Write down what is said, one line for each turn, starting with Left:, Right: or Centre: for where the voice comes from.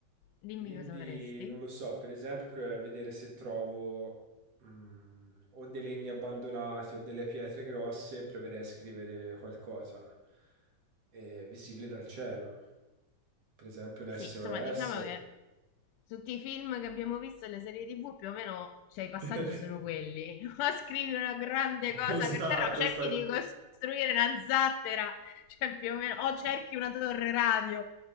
Left: dimmi
Right: Quindi
Left: cosa faresti.
Right: non lo so, per esempio, provare a vedere se trovo mm, o dei legni abbandonati o delle pietre grosse, proverei a scrivere qualcosa eh, visibile dal cielo, per esempio un
Left: Sì,
Right: SOS.
Left: insomma, diciamo che tutti i film che abbiamo visto e le serie tv più o meno cioè, i passaggi
Right: <laughs>
Left: sono quelli <laughs> o scrivi una grande cosa
Right: Esatto,
Left: per terra o cerchi
Right: sta...
Left: di costruire una zattera cioè più o meno o cerchi una torre radio